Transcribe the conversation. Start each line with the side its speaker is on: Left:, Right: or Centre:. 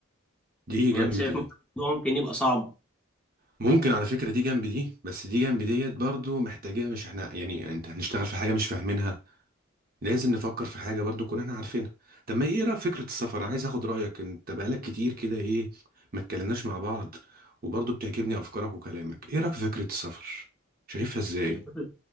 Right: دي
Centre: ولا
Right: جنب
Centre: انت شايف
Right: دي
Centre: الموضوع ممكن يبقى صعب
Right: ممكن على فكرة دي جنب دي بس دي جنب ديت برضو محتاجة مش احنا يعني انت هنشتغل في حاجة مش فاهمينها لازم نفكر في حاجة برضو كنا احنا عارفينها طب ما ايه رأيك في فكرة السفر انا عايز اخد رأيك انت بقالك كتير كده ايه ما اتكلمناش مع بعض وبرضو بتعجبني افكارك وكلامك ايه رأيك في فكرة السفر شايفها ازاي
Centre: هي فكرة